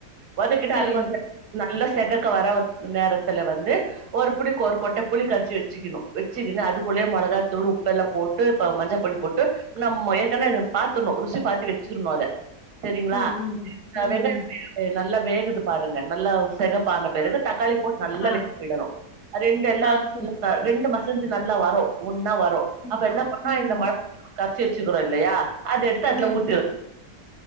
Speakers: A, on the right (about 80°); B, on the left (about 80°).
A: வதக்கிட்டு
B: சரிங்க.
A: அதுக்கொச நல்ல செகக்க வர நேரத்துல வந்து ஒரு புடிக்கு ஒரு கொட்ட புளி கரச்சு வச்சுக்கணு வச்சுக்குனு அதுக்குள்ளயே மொளகாத்தூள் உப்பெல்லா போட் டு ப மஞ்ச பொடி போட்டு நம் ஏற்கன அத பாத்தட்ணு ருசி பாத்து வச் சுட்ணு அத செரிங்ளா
B: ம், ம், ம்,
A: அ
B: ம், ம்.
A: நல்லா வேகுது பாருங்க நல்லா செகப் பான பெறகு தக்காளி போட்டு நல்லா
B: ஆ,
A: வேவிடணு ரெண்டு எல்லா
B: ஆ சரி.
A: வெந்டு மசிஞ்சு நல்லா வரு ஒன்னா வரு
B: ம்,
A: அப்ப என்ன பண்ணு
B: ம்,
A: இந்த மழ கரச்சு வெச்சுக்கறோ இல்லயா அது எடுத்து அதுல
B: ம்.
A: ஊத்து